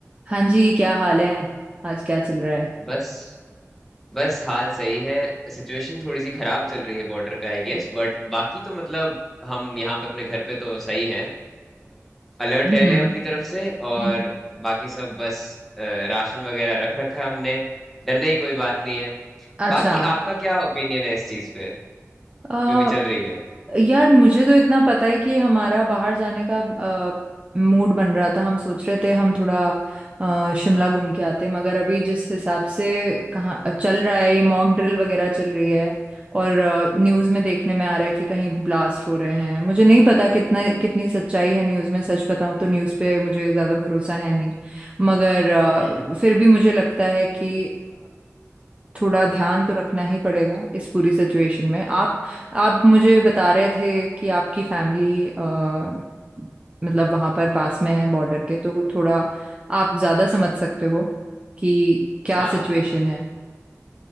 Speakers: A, on the right; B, in the centre.
A: हाँ जी क्या हाल है आज क्या चल रहा है
B: बस बस हाल सही है सिचुएशन थोड़ी सी खराब चल रही है बॉर्डर पे आई गेस बट बाकी तो मतलब हम यहाँ पे अपने घर पे तो सही है अलर्ट
A: हम्म
B: रह रहे हैं अपनी तरफ से और
A: हम्म,
B: बाकी सब बस अ, राशन वगैरह रख रखा है हमने डरने की कोई बात नहीं है
A: अच्छा
B: बाकी आपका क्या ओपिनियन है इस चीज पे
A: अ,
B: जो भी चल रही है
A: यार मुझे तो इतना पता है कि हमारा बाहर जाने का मूड बन रहा था हम सोच रहे थे हम थोड़ा अ, शिमला घूम के आते मगर अभी जिस हिसाब से कहाँ चल रहा है ये मॉक ड्रिल वगैरह चल रही है और न्यूज़ में देखने में आ रहा है कि कहीं ब्लास्ट हो रहे हैं मुझे नहीं पता कितना कितनी सच्चाई है न्यूज़ में सच बताऊं तो न्यूज़ पे मुझे ज़्यादा भरोसा है नहीं मगर अ,
B: हम्म
A: फिर भी मुझे लगता है कि थोड़ा ध्यान तो रखना ही पड़ेगा इस पूरी सिचुएशन में आप आप मुझे बता रहे थे कि आपकी फैमिली आ, मतलब वहां पर पास में है बॉर्डर के तो थोड़ा आप ज्यादा समझ सकते हो कि क्या
B: हाँ
A: सिचुएशन है